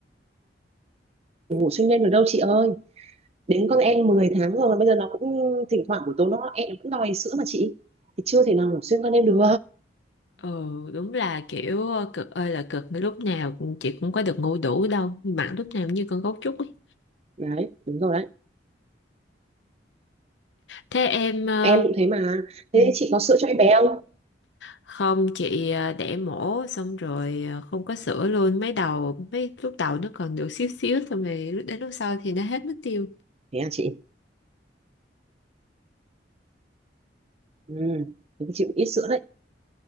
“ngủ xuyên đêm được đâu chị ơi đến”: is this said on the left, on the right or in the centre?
Right